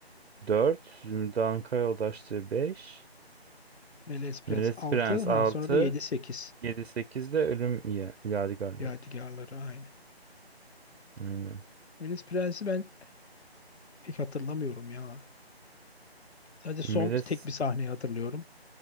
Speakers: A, on the right; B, on the left.
A: dört Zümrüt Anka yoldaşlığı 5.
B: Melez Prens
A: Veles
B: 6,
A: Prens
B: ha
A: altı
B: sonra da yedi, sekiz.
A: yedi 8 de Ölüm Ya- Yadigarları.
B: Yadigarları aynen.
A: Aynen.
B: Melez Prens'i ben pek hatırlamıyorum ya. Sadece son
A: Meles
B: tek bir sahneyi hatırlıyorum.